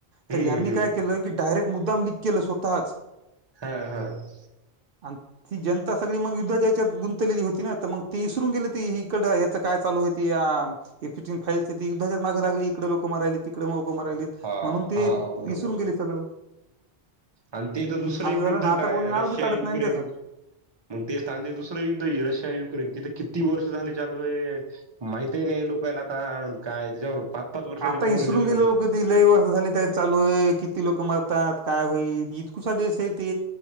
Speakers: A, on the right; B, on the right.
A: तर
B: हम्म
A: यांनी
B: हम्म
A: काय केलं की डायरेक्ट मुद्दाम लीक केलं स्वतःच.
B: हा हं.
A: आणि ती जन ता सगळी मग युद्धाच्या याच्यात गुंतलेली होती ना तर मग ती विसरून गेले ती हीकडं याचं काय चालू आहेत या एपिचिन फाईलच ती युद्धच्या मागे लागली इकडे लोक मरायला तिकडे लोक मरायलेत.
B: हा
A: म्हणून ते
B: हा बरोबर
A: इसरून गेले सगळं.
B: आणि ते तर दुसरं
A: असं
B: एक
A: झालं
B: युद्ध
A: ना आता
B: काय
A: कोणी
B: आहे
A: नाव
B: रशिया-युक्रेन.
A: बी काढत नाही त्याचं.
B: मग ते स्थान जे दुसरं युद्ध आहे रशिया- युक्रेन ते तर किती वर्ष झाले चालू आहे? माहीत आहे ही नाही लोकांला ताण त्याच्यावर पाच-पाच वर्षाचे
A: आता इसरून
B: पोरं जन्मले.
A: गेले लोक ते लई वर्ष झाली त्या चालू आहे. किती लोक मरतात काय होईल? इतकुसा देश आहे ते